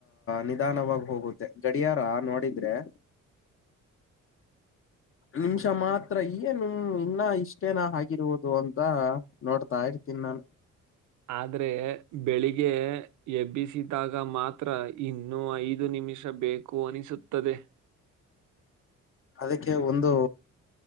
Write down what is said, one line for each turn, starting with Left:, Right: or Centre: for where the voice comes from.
Left: ನಿಧಾನವಾಗಿ ಹೋಗುತ್ತೆ ಗಡಿಯಾರ ನೋಡಿದ್ರೆ. <inaudible> ನಿಮಿಷ ಮಾತ್ರ ಈ ನಮ ಇನ್ನ ಇಷ್ಟೇನ ಆಗಿರುವುದು ಅಂತ ನೋಡ್ತಾ ಇ. ತಿನ್ನ
Right: ಆದ್ರೆ ಬೆಳಿಗ್ಗೆ ಎಬ್ಬಿಸಿದಾಗ ಮಾತ್ರ ಇನ್ನೂ ಐದು ನಿ ನಿಮಿಷ ಬೇಕು ಅನಿಸುತ್ತದೆ.
Left: ಅದಕ್ಕೆ ಒಂದು.